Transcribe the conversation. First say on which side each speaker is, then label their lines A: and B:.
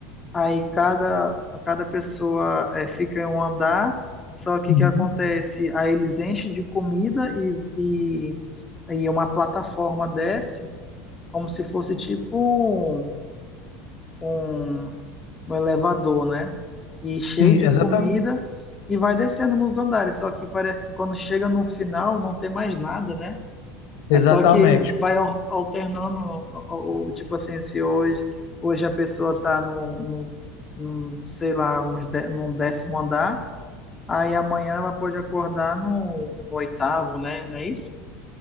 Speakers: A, on the left; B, on the left.
A: Aí cada, cada pessoa é, fica em um andar. Só que
B: Uhum.
A: o que acontece? Aí eles enchem de comida e, e, e uma plataforma desce, como se fosse tipo um, um um elevador, né? E cheio
B: Sim,
A: de
B: exatamente.
A: comida e vai descendo nos andares. Só que parece que quando chega no final não tem mais nada, né?
B: Exatamente.
A: É só que ele vai al- alternando, o- o- o- tipo assim, se hoje, hoje a pessoa tá no, no, no, sei lá, uns dé- no décimo andar, aí amanhã ela pode acordar no, no oitavo, né? Não é isso?